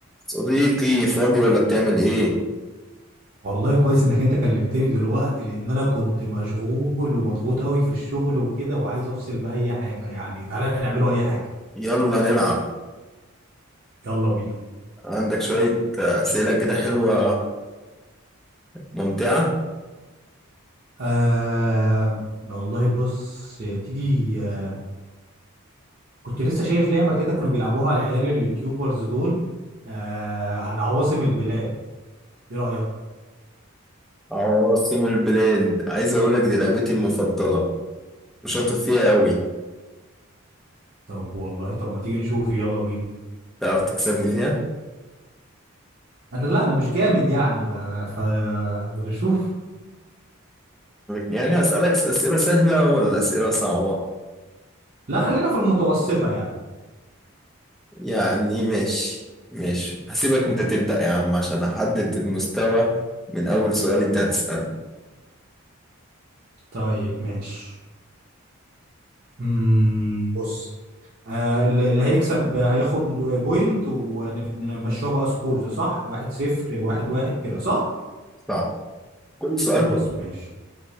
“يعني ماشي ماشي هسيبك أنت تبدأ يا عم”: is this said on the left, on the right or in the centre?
Centre